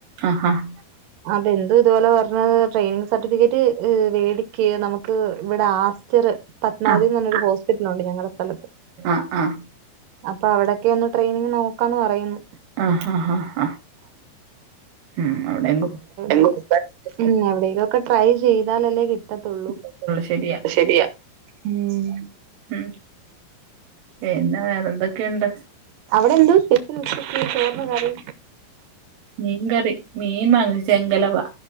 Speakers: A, on the right (about 85°); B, on the right (about 70°).
A: ആഹ് ആഹ്
B: ആഹ്‌ ബന്ധു ഇതുപോലെ പറഞ്ഞത് ട്രെയിനിങ് സർട്ടിഫിക്കറ്റ് വേടിക് നമുക്ക് ഇവടെ ആ സ്റ്ററ് പത്മവതിന്ന്
A: ആഹ്
B: പറയുന്ന ഹോസ്പിറ്റലോണ്ട് ഞങ്ങട സ്ഥലത്ത്
A: ആഹ് ആഹ്
B: അപ്പോ അവടൊക്കെ ഒന്ന് ട്രെയിനിങ് നോക്കാന്ന് പറയുന്നു.
A: ആഹ് ആഹ് ആഹ് ഉം അവിടെയും
B: <inaudible> എവടെലുക്കെ ട്രൈ ചെയ്താലല്ലേ കി ട്ടത്തോള്ളൂ
A: കൊടുക്കാതിരിക്കത്തുള്ളൂ ശരിയാ
B: ശെരിയാ ഉം
A: ഉം പിന്നെ വേറെന്തൊക്കെയൊണ്ട്
B: അവടെന്തോ സ്പെഷ്യൽ ഉച്ചക്ക് ചോറിനു കറി
A: മീങ്കറി മീൻ വാങ്ങി ചെങ്കലവാ.